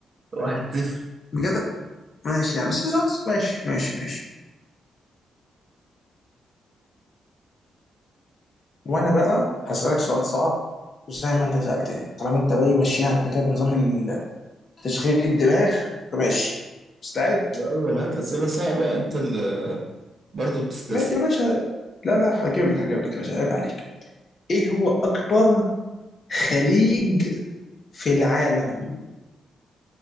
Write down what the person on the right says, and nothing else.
واحد صفر
الأول هات أسئلة صعبة أنت اللي برضه بتستسهل